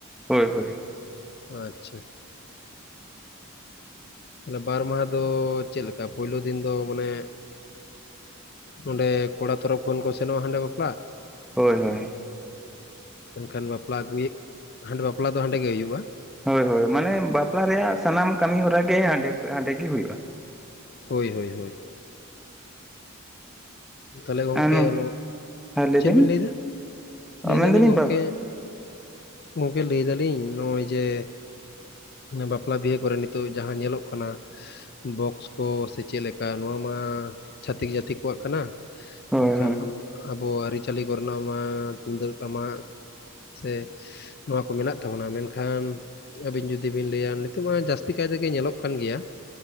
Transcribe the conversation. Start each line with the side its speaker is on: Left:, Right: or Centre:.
Centre: ᱦᱳᱭ, ᱦᱳᱭ,
Left: ᱚ ᱟᱪᱪᱷᱟ, ᱛᱟᱦᱚᱞᱮ ᱵᱟᱨ ᱢᱟᱦᱟᱸ ᱫᱚ ᱪᱮᱫ ᱞᱮᱠᱟ? ᱯᱳᱭᱞᱳ ᱫᱤᱱ ᱫᱚ ᱢᱟᱱᱮ ᱱᱚᱸᱰᱮ ᱠᱚᱲᱟ ᱛᱚᱨᱚᱯᱷ ᱠᱷᱚᱱ ᱠᱚ ᱥᱮᱱᱚᱜ-ᱟ ᱦᱟᱸᱰᱮ ᱵᱟᱯᱞᱟᱜ?
Centre: ᱦᱳᱭ, ᱦᱳᱭ,
Left: ᱮᱱᱠᱷᱟᱱ ᱵᱟᱯᱞᱟ ᱟᱹᱜᱩᱭᱮᱜ ᱦᱟᱸᱰᱮ ᱵᱟᱯᱞᱟ ᱫᱚ ᱦᱟᱸᱰᱮ ᱜᱮ ᱦᱩᱭᱩᱜ-ᱟ᱾
Centre: ᱦᱳᱭ, ᱦᱳᱭ, ᱢᱟᱱᱮ ᱵᱟᱯᱞᱟ ᱨᱮᱭᱟᱜ ᱥᱟᱱᱟᱢ ᱠᱟᱹᱢᱤ ᱦᱚᱨᱟ ᱜᱮ ᱦᱟᱸᱰᱮ ᱠᱷᱚᱡ ᱦᱟᱸᱰᱮ ᱜᱮ ᱦᱩᱭᱩᱜᱼᱟ᱾
Left: ᱦᱳᱭ, ᱦᱳᱭ, ᱦᱳᱭ, ᱛᱟᱦᱚᱞᱮ ᱜᱚᱝᱠᱮ
Centre: ᱟᱨ
Left: ᱱᱚᱜ,
Centre: ᱦᱮᱸ ᱞᱟᱹᱭ
Left: ᱪᱮᱫ
Centre: ᱵᱤᱱ
Left: ᱵᱮᱱ ᱞᱟᱹᱭᱫᱟ?
Centre: ᱢᱮᱱᱫᱟᱞᱤᱧ
Left: ᱞᱟᱹᱭ ᱫᱟᱞᱤᱧ ᱜᱚᱝᱠᱮ
Centre: ᱵᱟ
Left: ᱜᱚᱝᱠᱮ ᱞᱟᱹᱭ ᱫᱟᱞᱤᱧ ᱱᱚᱜ-ᱚᱭ ᱡᱮ ᱵᱟᱯᱞᱟ ᱵᱤᱦᱟᱹ ᱠᱚᱨᱮ ᱱᱤᱛᱚᱜ ᱡᱟᱦᱟᱸ ᱧᱮᱞᱚᱜ ᱠᱟᱱᱟ ᱵᱚᱠᱥ ᱠᱚ ᱥᱮ ᱪᱮᱫᱞᱮᱠᱟ ᱱᱚᱣᱟ ᱢᱟ ᱪᱷᱟᱹᱛᱤᱠ ᱡᱟᱹᱛᱤ ᱠᱚᱣᱟᱜ ᱠᱟᱱᱟ,
Centre: ᱦᱳᱭ
Left: ᱢᱮᱱᱠᱷᱟᱱ
Centre: ᱦᱳᱭ
Left: ᱟᱵᱚ ᱟᱹᱨᱤᱪᱟᱹᱞᱤ ᱠᱚᱨᱮᱱᱟᱜ ᱢᱟ ᱛᱩᱢᱫᱟᱹᱜ ᱴᱟᱢᱟᱠ, ᱥᱮ ᱱᱚᱣᱟ ᱠᱚ ᱢᱮᱱᱟᱜ ᱛᱟᱵᱚᱱᱟ ᱢᱮᱱᱠᱷᱟᱱ ᱟᱹᱵᱤᱱ ᱡᱩᱫᱤ ᱵᱤᱱ ᱞᱟᱹᱭᱟ ᱱᱤᱛᱚᱜ ᱢᱟ ᱡᱟᱹᱥᱛᱤ ᱠᱟᱭ ᱛᱮᱜᱮ ᱧᱮᱞᱚᱜ ᱠᱟᱱ ᱜᱮᱭᱟ,